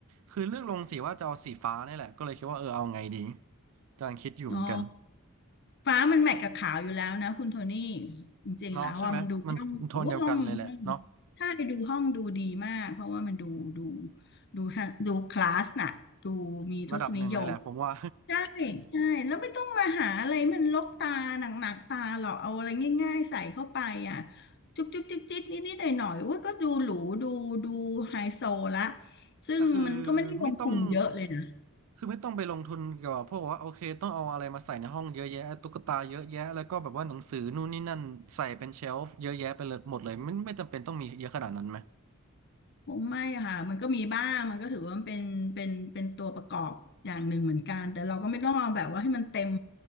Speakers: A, on the right; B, on the left.
A: คือเลือกลงสีว่าจะเอาสีฟ้าเนี่ยแหละก็เลยคิดว่าเออเอาไงดีกำลังคิดอยู่เหมือนกัน
B: ๋อฟ้ามันแมทกับขาวอยู่แล้วนะคุณโทนี่จริงๆแล้วว่ามันดูห้องโอ้ห้องห้อง
A: เนาะใช่ไหมมันโทนเดียวกันเลยแหละเนาะ
B: ใช่ดูห้องดูดีมากเพราะว่ามันดูดูดูทดูคลาสน่ะดูมีทศนิยม
A: ระดับหนึ่งเลยแหละผมว่า
B: ใช่ใช่แล้วไม่ต้องมาหาอะไรมันลกตาหนักๆตาหรอกเอาอะไรง่ายๆใส่เข้าไปอ่ะจุ๊บจุ๊บจิ๊บจิ๊บนิดนิดหน่อยหน่อยๆอุ้ยก็ดูหรูดูดูไฮโซละ
A: <laughs>
B: ซึ่งมันก็ไม่ได้ลงทุนเยอะเลยนะ
A: แต่คือไม่ต้องคือไม่ต้องไปลงทุนเกี่ยวกับพวกว่าโอเคต้องเอาอะไรมาใส่ในห้องเยอะแยะตุ๊กตาเยอะแยะแล้วก็แบบว่าหนังสือนู่นนี่นั่นใส่เป็นเชลฟ์เยอะแยะไปเลยหมดเลยไม่ไม่จำเป็นต้องมีเยอะขนาดนั้นไหม
B: คงไม่อะค่ะมันก็มีบ้างมันก็ถือว่ามันเป็นเป็นเป็นตัวประกอบอย่างหนึ่งเหมือนกันแต่เราก็ไม่ต้องเอาแบบว่าให้มันเต็ม